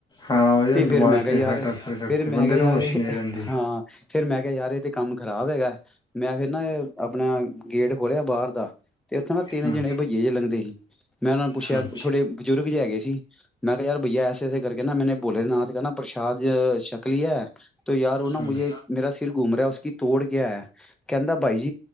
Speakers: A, on the left; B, in the centre.
A: ਹਾਂ ਉਹ ਯਾਰ
B: ਤੇ ਫੇਰ
A: ਦਿਮਾਗ
B: ਮੈਂ ਕਿਹਾ
A: ਤੇ
B: ਯਾਰ
A: ਸਾਡਾ ਅਸਰ ਕਰਦੇ
B: ਫੇਰ ਮੈਂ
A: ਬੰਦੇ
B: ਕਿਹਾ
A: ਨੂੰ
B: ਯਾਰ
A: ਹੋਸ਼
B: ਇਹ
A: ਨਹੀਂ ਰਹਿੰਦੀ
B: ਹਾਂ ਫੇਰ ਮੈਂ ਕਿਹਾ ਯਾਰ ਇਹ ਤੇ ਕੰਮ ਖ਼ਰਾਬ ਹੈਗਾ ਮੈਂ ਫੇਰ ਨਾ ਇਹ ਆਪਣਾ ਗੇਟ ਖੋਲਿਆ ਬਾਹਰ ਦਾ ਤੇ ਉੱਥੇ ਨਾ ਤਿੰਨ
A: ਹੂੰ
B: ਜਣੇ ਬਈਏ ਜਿਹੇ ਲੰਘਦੇ ਸੀ ਮੈਂ ਉਹਨਾਂ ਨੂੰ ਪੁੱਛਿਆ
A: ਹੂੰ
B: ਤੁਹਾਡੇ
A: ਹੂੰ,
B: ਬਜ਼ੁਰਗ ਜੇ ਹੈਗੇ ਸੀ ਮੈਂ ਕਿਹਾ ਯਾਰ ਬਈਆ ਐਸੇ ਐਸੇ ਕਰਕੇ ਨਾ ਮੈਨੇ ਬੋਲੇ ਨਾਥ ਕਾ ਨਾਂ ਪ੍ਰਸ਼ਾਦ ਸ਼ਕ ਲਿਆ ਤ ਯਾਰ ਉਹ ਨੂੰ
A: ਹੂੰ।
B: ਮੁਝੇ ਮੇਰਾ ਸਿਰ ਗੂਮ ਰਹਾ ਹੈ ਉਸਕੀ ਤੋੜ ਕਿਆ ਹੈ ਤੋ ਕਹਿੰਦਾ ਬਾਈ